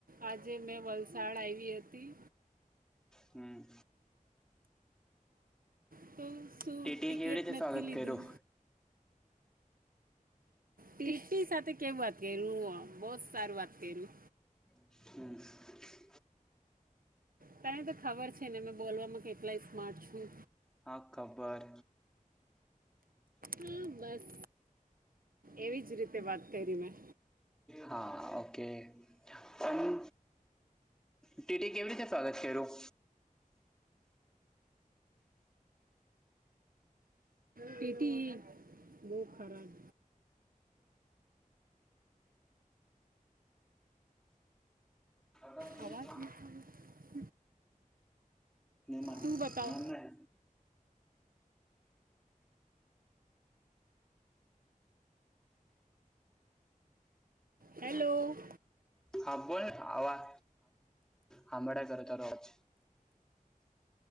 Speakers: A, on the right; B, in the centre.
A: આજે મેં વલસાડ આવી હતી
B: હમ
A: તો શું
B: ટટીએ
A: ટિકિટ
B: કેવી રીતે
A: નથી
B: સ્વાગત
A: લીધું
B: કર્યું
A: તીર્ટી સાથે કેવ વાત કર્યું બહ સારું વાત કર્યું
B: હમ્મ
A: તને તો ખબર છે ને મે બોલવામાં કેટલાય સ્માર્ટ છું.
B: હા ખબર
A: હા બસ એવી જ રીતે વાત કરી મેં.
B: હા ઓકે પણ ટીટી કેવી રીતે સ્વાગત કર્યું
A: ટીટી બહુ ખરાબ
B: કર્યું
A: આવાજ મ
B: નહી માન
A: તું બતાવ
B: માનના હૈ.
A: હેલો
B: હાંબો ને આવા હંભળ કરો તારોજ